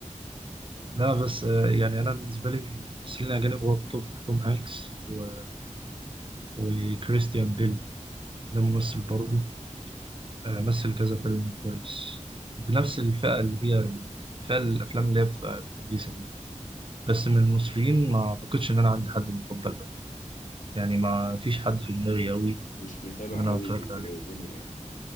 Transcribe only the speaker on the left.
مش متابع
قوي
الدنيا يعني